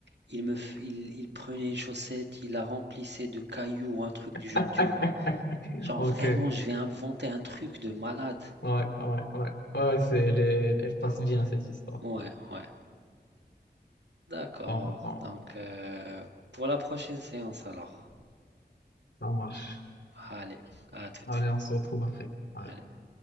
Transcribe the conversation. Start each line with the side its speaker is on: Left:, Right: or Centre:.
Right: il me, f- il, il prenait une chaussette, il la remplissait de cailloux, un truc du genre,
Left: <laughs>
Right: tu vois. Genre
Left: OK,
Right: vraiment,
Left: ouais,
Right: je vais inventer un truc de malade.
Left: ouais, ouais, ouais, ouais, c'est les, elle passe bien cette histoire.
Right: Ouais, ouais. D'accord.
Left: Bon, bon,
Right: Donc, euh, pour la prochaine séance alors.
Left: ça marche.
Right: Allez, à toute.
Left: Allez, on se retrouve après. Ouais.
Right: Allez.